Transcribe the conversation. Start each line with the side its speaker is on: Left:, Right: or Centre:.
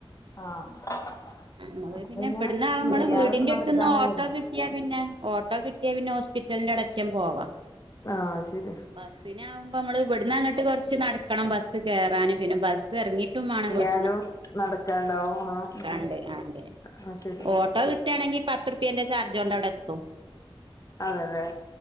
Left: ആഹ്
Right: നമ്മള്
Left: അപ്പൊ
Right: പിന്നെ ഇബട്നാവുമ്മള്
Left: വെയ്യാതെപ്പ
Right: വീടിൻ്റെട്ത്ത്ന്ന്
Left: നടക്കാൻ വയ്യല്ലോ
Right: ഓട്ടോ കി ട്ട്യാ പിന്നെ ഓട്ടോ കിട്ട്യാ പിന്നെ ഹോസ്പിറ്റല്ന്റവ്ടെറ്റം പോവാ
Left: ആഹ് ശരി
Right: ബസ് പിന്നാമ്പൊമ്മള് ഇവിടന്നങ്ങട്ട് കൊർച്ച് നടക്കണം ബസ്സ് കേറാന് പിന്നെ ബസ്സെറങ്ങീട്ടും മാണം കൊർ
Left: ന്നാലും നടക്കാണ്ടാവും ആഹ്
Right: ആണ്ട് ആണ്ട്
Left: ആഹ് ശരി
Right: ഓട്ടോ കിട്ടാണെങ്കി പത്തുർ പ്പ്യന്റെ ചാർജോണ്ടവ്ടെത്തും
Left: അതെല്ലേ